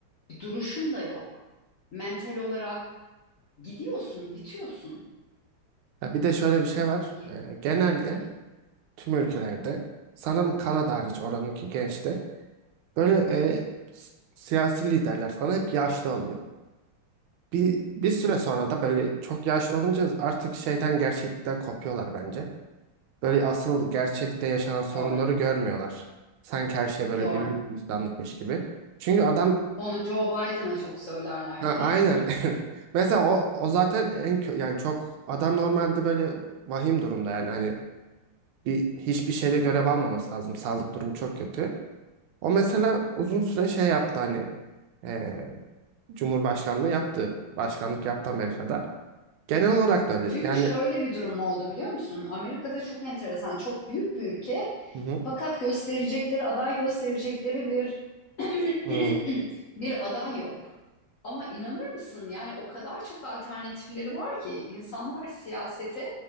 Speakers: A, on the left; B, on the right.
A: Bir duruşun da yok. Mental olarak gidiyorsun, bitiyorsun.
B: Ya bir de şöyle bir şey var.
A: Ge-
B: Ee, genelde
A: Hı hı,
B: tüm ülkelerde sanırım Kanada hariç oranınki gençte böyle e, s- siyasi liderler falan hep yaşlı oluyor. Bir, bir
A: hı
B: süre
A: hı.
B: sonra da böyle çok yaşlı olunca artık şeyden gerçeklikten kopuyorlar bence. Böyle asıl gerçekte yaşanan sorunları
A: Doğru,
B: görmüyorlar. Sanki her şey böyle
A: doğru.
B: güllük gülistanlıkmış gibi. Çünkü adam
A: Onu Joe Biden'a çok söylerlerdi.
B: Ha, aynen. <laughs> Mesela o, o zaten en kö- yani çok adam normalde böyle vahim durumda yani hani bir hiçbir şeyde görev almaması lazım. Sağlık durumu çok kötü. O mesela uzun süre şey yaptı hani e, Cumhurbaşkanlığı yaptı. Başkanlık yaptı Amerika'da. Genel olarak
A: <laughs>
B: da öyle.
A: Çünkü
B: Yani
A: şöyle bir durum oldu biliyor musun? Amerika'da çok enteresan, çok büyük bir ülke
B: hı hı,
A: Fakat gösterecekleri, aday gösterecekleri bir <clears throat>
B: hı,
A: <laughs> bir aday yok. Ama inanır mısın? Yani o kadar çok alternatifleri var ki insanlar siyasete